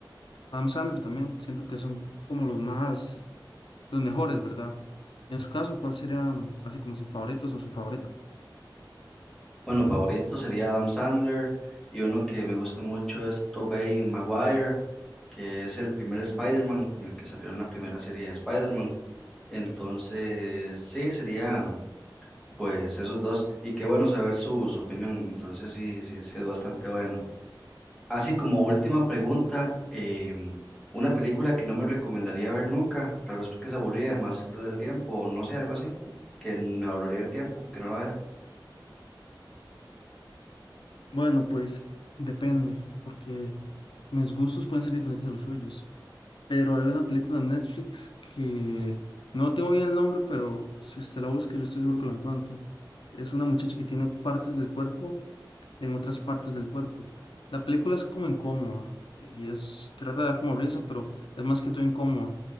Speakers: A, on the left; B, in the centre.
A: Adam Sandler también. Siento que son como los más, los mejores, ¿verdad? En su caso, ¿cuál serían así como sus favoritos o su favorito
B: Bueno, favorito sería Adam Sandler y uno que me gusta mucho es Tobey Maguire, que es el primer Spider-Man, el que salió en la primera serie de Spider-Man. Entonces, sí, sería pues esos dos. Y qué bueno saber su, su opinión. Entonces, sí, sí, sí es bastante bueno. Así como última pregunta, em, una película que no me recomendaría ver nunca, tal vez porque es aburrida, además hacer perder el tiempo o no sé, algo así, que me ahorraría el tiempo, que no la vea.
A: Bueno, pues depende, porque mis gustos pueden ser diferentes a los suyos. Pero hay una película en Netflix que no tengo bien el nombre, pero si usted la busca, yo estoy seguro que la encuentro. Es una muchacha que tiene partes del cuerpo en otras partes del cuerpo. La película es como incómoda y es, trata de dar como risa, pero es más que todo incómoda.